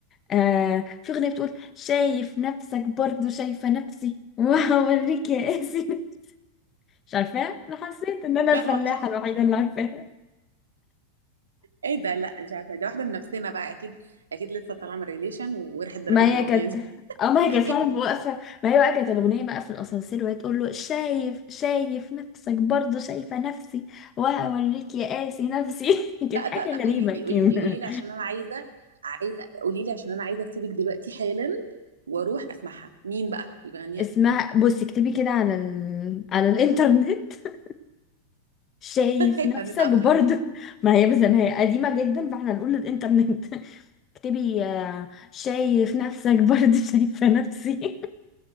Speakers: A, on the left; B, on the right.
A: آه في اغنيه بتقول شايف نفسك برضو شايفه نفسي <laughs> وهوريك يا قاسي <laughs> مش عارفاها انا حسيت ان انا الفلاحه
B: لا مش عارفة
A: الوحيده
B: يعني
A: اللي عارفاها
B: ايه ده لا مش عارفه دي واحده من نفسنا بقى اكيد اكيد لسه طالعه من ريليشن وراحت ضربت
A: ما
B: له الاغنيه
A: هي كانت
B: دي
A: اه
B: <laughs>
A: ما هي
B: اكيد
A: كانت فعلا واقفة ما هي بقى كانت الأغنية بقى في الأسانسير وهي تقول له شايف شايف نفسك برضه شايفة نفسي وهوريك يا قاسي نفسي <laughs> كانت
B: لا
A: حاجة
B: ط- لا
A: غريبة
B: قولي لي
A: كده
B: قولي لي قولي لي عشان انا عايزه عايزه قولي لي عشان انا عايزه اسيبك دلوقتي حالا واروح اسمعها مين بقى اللي بيغنيها
A: اسمها بصي اكتبي كده على ال... على الإنترنت <laughs> شايف
B: <laughs>
A: نفسك
B: ده نت اصلا
A: برضه ما هي بس ما هي قديمة جدا فاحنا نقول للإنترنت <laughs> اكتبي آه، شايف نفسك برضه شايفة نفسي